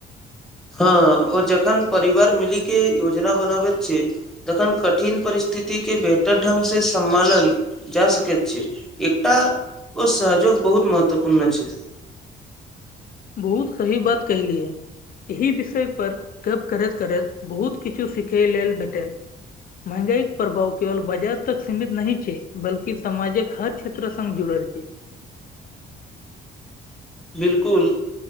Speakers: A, in the centre; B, on the left (about 45°).
A: हँ ओ जखन परिवार मिली के योजना बनाबैत छै तखन कठिन परिस्थिति के बेहतर ढंग से सम्हालल जा सकैत छै एकटा ओ सहजोग बहुत महत्वपूर्ण छै
B: बहुत सही बात कहलियै एहि विषय पर गप करैत करैत बहुत किछु सिखैइ लेल भेटल महगाईक प्रभाव केवल बजार तक सीमित नहि छै बल्कि समाजक हर क्षेत्र संग जुड़ल छै
A: बिलकुल